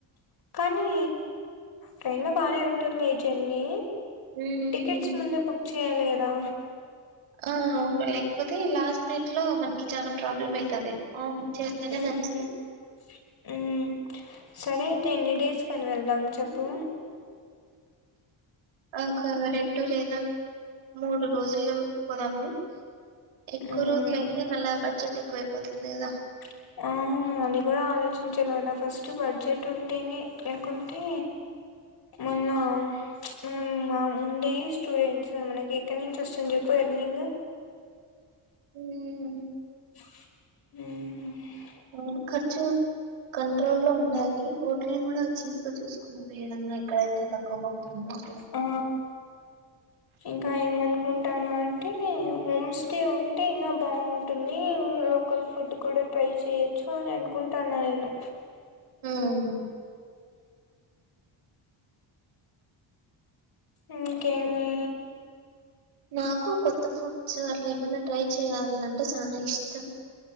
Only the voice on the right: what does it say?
మ్మ్.
ఆ అవును లేకపోతే లాస్ట్ మినిట్ లో మనకి చనాా ప్రాబ్లమ్ అవుతది అవును చేస్తానే
మంచిది
ఒక రెండు లేదా మూడు రోజులు పోదామ్ము ఎక్కువ
రోజులయితే మళ్ళా బడ్జెట్ ఎక్కువైపోతుంది కదా
మ్
అవునుఖర్చు కంట్రోల్ లో ఉండాలి హోటల్ కూడా చీప్ గా చూసుకుందాం మేడన్నా ఎక్కడైతే తక్కువగా ఉంటుందో అక్కడ
మ్
నాకు కొత్త ఫుడ్స్ అట్ల ఏమైనా ట్రై చేయాలంటే చాలా ఇష్టం